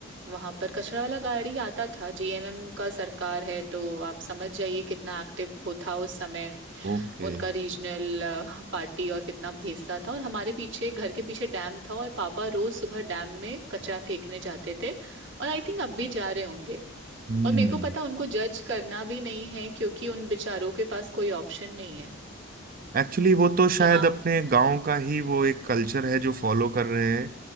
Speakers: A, on the right (about 60°); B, on the right (about 40°).
A: वहां पर कचरा वाला गाड़ी आता था जीएमएम का सरकार है तो आप समझ जाइए कितना एक्टिव हो था उस समय
B: ओके
A: उनका रीजनल पार्टी और कितना भेजता था और हमारे पीछे घर के पीछे डैम था और पापा रोज सुबह डैम में कचरा फेंकने जाते थे और आई थिंक अब भी जा रहे होंगे
B: हम्म
A: और मेरे को पता उनको जज करना भी नहीं है क्योंकि उन बेचारों के पास कोई ऑप्शन नहीं है
B: एक्चुअली वो तो शायद
A: यहाँ
B: अपने गांव का ही वो एक कल्चर है जो फॉलो कर रहे हैं